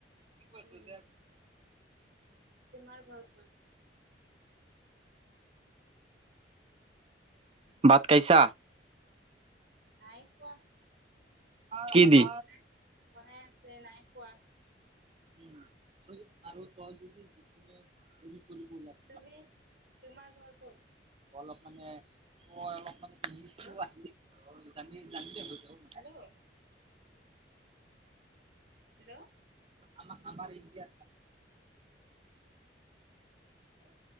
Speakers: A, on the right; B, on the right.
A: <inaudible>
B: উম তোমাৰ ঘৰ ক'ত
A: বাট কাইছা?
B: নাই খোৱা,
A: কি দি?
B: বনাই বনাই আছে নাই খোৱা।
A: <inaudible>
B: তুমি, তোমাৰ ঘৰ ক'ত?
A: অলপ মানে মই অলপ মানে <unintelligible>
B: হেল্ল'
A: আহিল জানি জানিলে <unintelligible>
B: হেল্ল'! হেল্ল'!
A: <inaudible>
B: hello